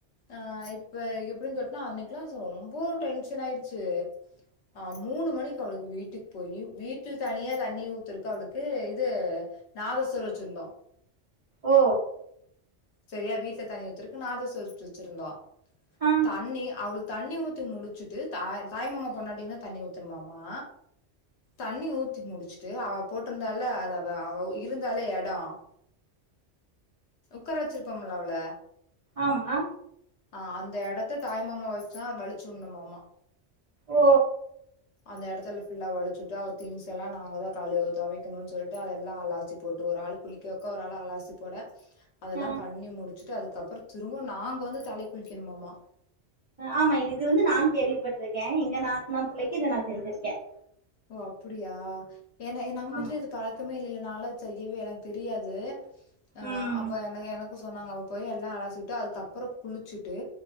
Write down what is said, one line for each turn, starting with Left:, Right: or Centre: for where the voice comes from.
Left: ஆ இப்ப எப்டி கேட்டியா ரொம்ப டென்ஷன் ஆய்டுச்சு ஆ மூணு மணிக்கு அவளுக்கு வீட்டு க்கு போய் வீட் வீட்ல தனியா தண்ணி ஊத்துரக்கு அவளுக்கு இது நாதஸ்வர வெச்சுருந்தோ
Right: ஓ
Left: சரியா வீட்ல தயிர் திருக்கு ந தஸ் சொச்சு வச்சிருந்தா
Right: ஆ
Left: தண்ணி அவளுக்கு தண்ணி ஊத்தி முடிச்சுட்டு த் தாய்மமா பொண்ணாட்டீங்கன்னா தண்ணி ஊத்தணமாமா தண்ணி ஊத்தி முடிச்சுட்டு அவ போட்டிருந்தால அத அவ இருந்தாலே எடம் உட்கார வச்சிருப்போம்ல அவ்ள
Right: ஆமா
Left: ஆ அந்த இடத்த தாய்மாம வச்சா வலிச்சுணுமாம
Right: ஓ
Left: அந்த எடத்துல ஃபுல்லா வழிச்சுட்டு அவ திங்ஸ் எல்லாம் நாங்கள் தான் கழு துவைக்கணும்ன்னனு சொல்லிட்டு அதெல்லாம் அலாசி போட்டு ஒரு ஆள் குளிக்க வைக்க ஒரு ஆள் அலாசி போட அதெல்லாம்
Right: ஆ
Left: பண்ணி முடிச் ட்டு அதுக்கப்புறம் திரும்ப நாங்க வந்து தலை குளிக்கணுமோமா
Right: ஆமா இது வந்து நானும் கேள்விப்பட்ருக்கேன் எங்க நாத்தனா பிள்ளைக்கு இத நான் செஞ்சிருக்கேன்
Left: ஓ அப்படியா ஏன்ன இது நம்ம
Right: ஆமா
Left: இது பழக்கமே இல்லைனாள செய்யவே எனக்கு தெரியாது ஆ
Right: ம்
Left: அப்ப எனகு எனக் ஆ சொன்னாங்க அவ போய் எல்லாம் அலாசிவுட்டு அதுக்குக்கப்புறம் குளிச்சுட்டு